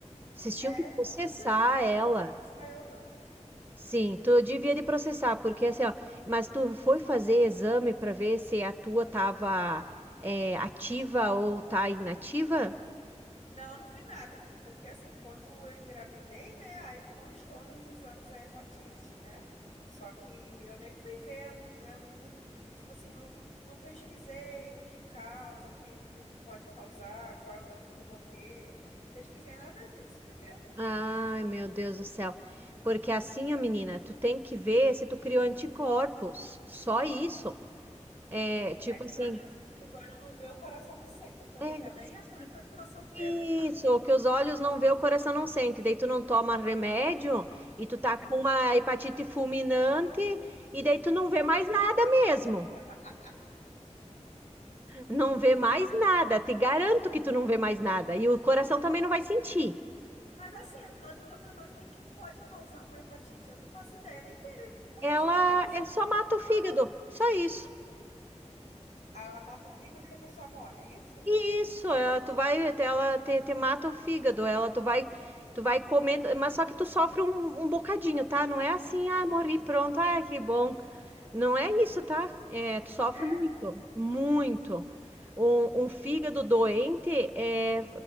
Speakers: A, on the right (about 15°); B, on the left (about 85°).
A: Vocês tinham
B: É,
A: que processar
B: um monte de gente pegou,
A: ela.
B: não fui só eu, não.
A: Sim, tu devia de processar, porque assim, ó, mas tu foi fazer exame para ver se a tua tava é, ativa ou tá inativa?
B: Não, não fui nada. Porque assim, quando eu engravidei, né? Aí constou nos exames a hepatite, né? Só que eu nem fui ver, não, eu não, não- tipo assim, não, não pesquisei o que causa, o que, que- o que pode causar, qual é o dano que eu vou ter. Pesquisei nada disso, entendeu?
A: Ai, meu Deus do céu. Porque assim, ó, menina, tu tem que ver se tu criou anticorpos. Só isso. É, tipo
B: É que
A: assim,
B: pra mim, assim, que os olhos não vê, o coração não sente, então
A: é,
B: não quero nem
A: sim.
B: ir atrás pra ficar sofrendo.
A: Isso, que os olhos não vê, o coração não sente. Daí tu não toma remédio e tu tá com uma hepatite fulminante e daí tu não vê mais nada mesmo.
B: <laughs>
A: Não vê mais nada. Te garanto que tu não vê mais nada. E o coração também não vai sentir.
B: Mas assim, afinal de contas, mas o que que pode causar uma hepatite? Eu não faço ideia, nem parei para
A: Ela
B: pesquisar isso.
A: é só mata o fígado,
B: Ai,
A: só isso.
B: Ela mata o fígado e a pessoa morre, é isso?
A: Isso, ela, tu vai, ela te, te mata o fígado, ela tu vai, tu vai comendo, mas só que tu sofre um, um bocadinho, tá? Não é assim, ah, morri, pronto, ah, que bom. Não é isso, tá? É, tu sofre
B: É?
A: muito, muito. Um, um fígado doente é,